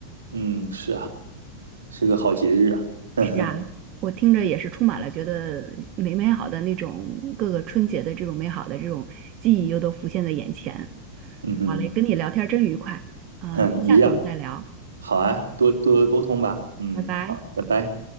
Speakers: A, on the right (about 70°); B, on the right (about 35°).
A: 嗯，是啊，是个好节日啊。<laughs> 嗯哼，
B: 是啊，我听着也是充满了觉得美美好的那种各个春节的这种美好的这种记忆又都浮现在眼前。
A: 嗯
B: 好嘞，跟你聊天真愉快啊，
A: 哼，
B: 那下次我们再聊，
A: 嗯一样，好啊，多多沟通吧。嗯，
B: 拜拜。
A: 好，拜拜。